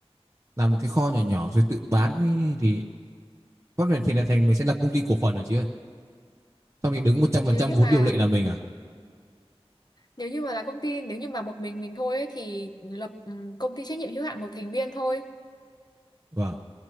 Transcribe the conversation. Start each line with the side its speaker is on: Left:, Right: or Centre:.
Right: làm một cái kho nhỏ nhỏ rồi tự bán ấy, thì pháp luật thì là thành mình sẽ lập công ty cổ phần hả chị ơi sau này đứng một trăm phần
Left: nếu
Right: trăm
Left: như
Right: vốn
Left: mà
Right: điều lệ là mình à
Left: nếu như mà là công ty nếu như mà một mình mình thôi ấy, thì lập ừm, công ty trách nhiệm hữu hạn một thành viên thôi
Right: Vâng.